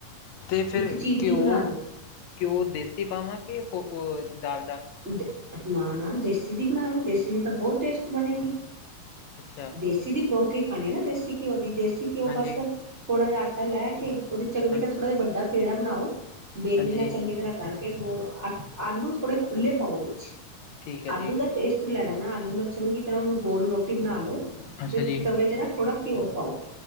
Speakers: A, on the left; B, on the right.
A: ਤੇ ਫਿਰ
B: ਇੱਕ ਚੀਜ਼ ਦੀ
A: ਘਿਓ
B: ਬਣਾ ਲਓ
A: ਘਿਓ ਦੇਸੀ ਪਾਵਾਂ ਕਿ ਡਾਲਡਾ ਦਾ
B: ਦੇ ਨਾ ਨਾ ਦੇਸੀ ਦੀ ਬਣਾ ਲਓ, ਦੇਸੀ ਦੀ ਤਾਂ ਬਹੁਤ ਟੇਸਟ ਬਣੇਗੀ
A: ਅੱਛਾ
B: ਦੇਸੀ ਦੀ ਪਰੌਂਠੀ ਖਾਣੀ ਹੈ ਨਾ ਦੇਸੀ ਘਿਓ ਦੀ, ਦੇਸੀ ਘਿਓ
A: ਹਾਂਜੀ
B: ਬਸ ਥੋੜ੍ਹਾ ਜਿਹਾ ਆਟਾ ਲੈ ਕੇ ਉਹਦੀ ਚੰਗੀ
A: ਹਾਂਜੀ
B: ਤਰ੍ਹਾਂ ਥੋੜ੍ਹਾ ਜਹਾ ਵੱਡਾ ਪੇੜਾ ਬਣਾਓ ਵੇਲੇਨੇ
A: ਹਾਂਜੀ
B: ਨਾਲ ਚੰਗੀ ਤਰ੍ਹਾਂ ਕਰਕੇ ਗੋਲ ਅੱਟ ਆਲੂ ਥੋੜੇ ਖੁੱਲ੍ਹੇ ਪਾਓ ਵਿੱਚ
A: ਠੀਕ ਹੈ
B: ਆਲੂ
A: ਜੀ
B: ਦਾ ਟੇਸਟ ਲੈਣਾ ਨਾ ਆਲੂ ਮਿ ਚੰਗੀ ਤਰ੍ਹਾਂ ਉਹਨੂੰ ਗੋਲ ਰੋਟੀ ਬਣਾ ਲਉ
A: ਅੱਛਾ
B: ਤੇ
A: ਜੀ
B: ਤਵੇ ਤੇ ਨਾ ਥੋੜ੍ਹਾ ਘਿਉਂ ਪਾਓ